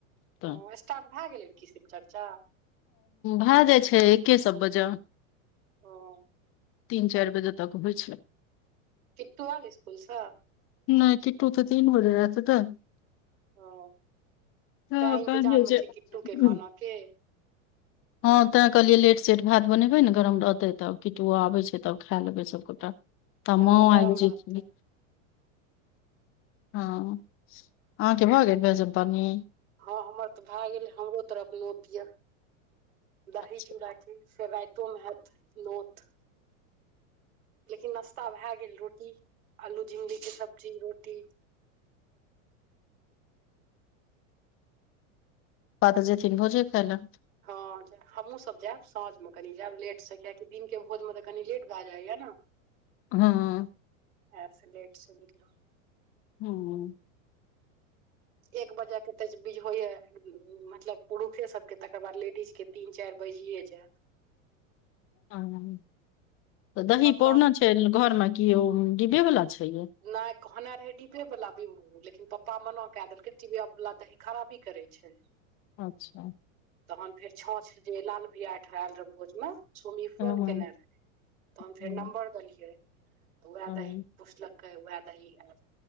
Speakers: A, on the left; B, on the right.
A: तऽ
B: ओ स्टार्ट भए गेलै की शिव चर्चा
A: भए जाइ छै एके सब बजअ
B: ओ
A: तीन चाइर बजे तक होइ छै
B: किटु एल इसकुल सँ
A: नई किट्टू तऽ तीन बजे ऐत नऽ
B: ओ
A: हँ
B: तैं इन्तजारमे
A: कहलियै जे
B: छी किट्टू
A: हुँ
B: के खाना के
A: हँ ते कहलियै लेट सेेट भात बनेबे नऽ गरम रहते तऽ कट्टूओ आबे छै तब खैय लेबे सब गेटा ता
B: हँ
A: माँओ
B: गरम
A: आईब जेत्थिन
B: रहतै
A: हँ अहाँ केँ भऽ गेल भोजन पानी
B: हँ हमर तऽ भए गेल हमरो तरफ नोत य दही
A: अच्छा,
B: चूड़ा केँ फेर राइतो मे हैत नोत लेकिन नाश्ता भैय गेल रोटी आलू झिगली केँ सब्जी रोटी
A: पपा तऽ जेथिन भोजे खाय लऽ
B: हँब जेय हमहुँ सब जैब साँझ मऽ कनि जैब लेट सँ कियकि दिन केँ भोजमे तऽ कनि लेट भए जाइय नऽ
A: हँ
B: ओहै सँ लेट सँ निकलब
A: हुँ
B: एक बजे केँ तऽ बीज होइ यऽ मतलब पुरुखे सब केँ तकर बाद लेडीज केँ तीन चाइर बाजिये जैत
A: हँ तऽ दही
B: तब
A: पौरना
B: तऽ
A: छै घर मऽ की ओ डिब्बे वला छै ये
B: नय कहने रहय डिब्बे वाला विभू लेकिन पपा मना कै देलकै टिबिया वाला दही खराबी करै छै।
A: अच्छऽ
B: तहन फेर छाँछ जे लाल भैया अइठा ऐल रहै भोज मे सोमी फोन
A: हँ हँ
B: केने रहैय तहन फेर
A: हँ
B: नम्बर देलियै तऽ वैह
A: हँ
B: दही पुछलक कहै वैह दही ऐल‌